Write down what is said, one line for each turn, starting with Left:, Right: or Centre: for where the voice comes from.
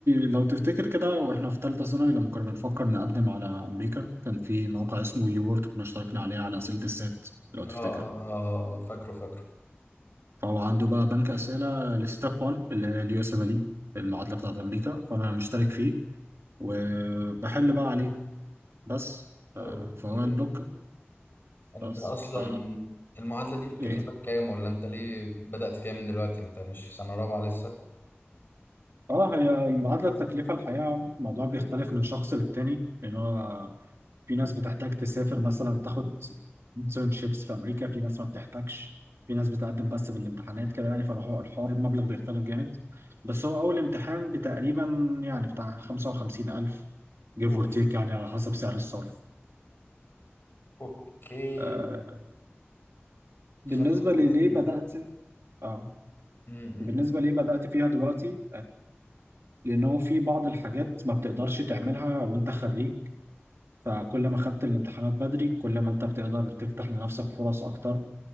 Right: لو تفتكر كده وإحنا في تالتة ثانوي لما كنا بنفكر نقدم على أمريكا كان في موقع اسمه يورد كنا اشتركنا عليه على أسئلة السات لو تفتكر
Left: اه اه اه آه، فاكره فاكره
Right: فهو عنده بقى بنك أسئلة لستيب 1 اللي هي اليو اس ام ال المعادلة بتاعت أمريكا فأنا مشترك فيه وبحل بقى عليه بس ف-
Left: اوكي
Right: فهو البلوك
Left: انت
Right: بس
Left: اصلا
Right: ف
Left: المعادله دي بتكلفك
Right: ايه
Left: كام ولا انت ليه بدأت فيها من دلوقتي انت مش في سنه رابعه لسه
Right: اه هي المعادله التكلفه الحقيقه الموضوع بيختلف من شخص للتاني لان هو في ناس بتحتاج تسافر مثلا تاخد internships في امريكا في ناس ما بتحتاجش في ناس بتقدم بس بالامتحانات كده يعني فالحوار الحوار المبلغ بيختلف جامد بس هو اول امتحان بتقريبا يعني بتاع 55000 give
Left: اوف
Right: or take يعني على حسب سعر الصرف
Left: اوكي
Right: آه بالنسبه
Left: 55
Right: لليه بدات اه
Left: امم
Right: بالنسبه ليه بدات فيها دلوقتي لان هو في بعض الحاجات ما بتقدرش تعملها وانت خريج فكل ما خدت الامتحانات بدري كل ما انت بتقدر تفتح لنفسك فرص اكتر